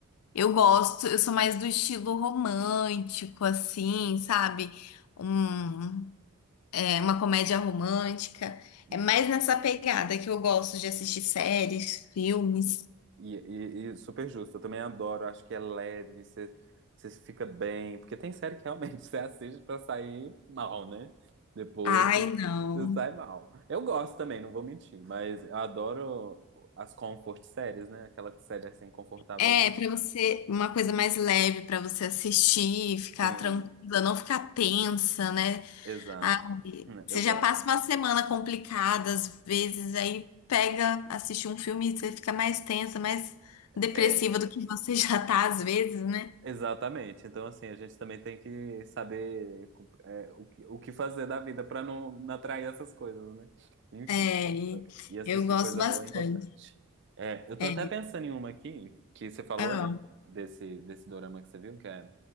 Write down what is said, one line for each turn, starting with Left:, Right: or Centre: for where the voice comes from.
Left: eu gosto, eu sou mais do estilo romântico, assim, sabe? Um, é, uma comédia romântica.
Right: Uhum.
Left: É mais nessa pegada que eu gosto de assistir séries, filmes.
Right: E, e- e super justo, eu também adoro, acho que é leve, você você fica bem, porque tem série que realmente <laughs> você assiste pra sair mal, né? Depois
Left: Ai,
Right: você
Left: não.
Right: você sai mal. Eu gosto também, não vou mentir, mas eu adoro as comfort séries, né? Aquela série assim, confortávelzinha.
Left: É, pra você, uma coisa
Right: <laughs>
Left: mais leve pra você assistir, ficar
Right: Sim,
Left: tranquila, não ficar tensa, né?
Right: exato,
Left: Ah, você
Right: eu
Left: já
Right: gosto.
Left: passa uma semana complicada, às vezes, aí pega, assiste um filme e você fica mais tensa, mais depressiva
Right: É.
Left: do que você <laughs> já tá, às vezes, né?
Right: Exatamente. Então, assim, a gente também tem que saber é, o que, o que fazer da vida para não, não atrair essas coisas, né? Enfim,
Left: É, e
Right: e assistir
Left: eu gosto
Right: coisa
Left: bastante.
Right: boa é importante. É, eu tô
Left: É,
Right: até pensando em uma aqui, que você falou,
Left: ah,
Right: né, desse, desse dorama que você viu, que é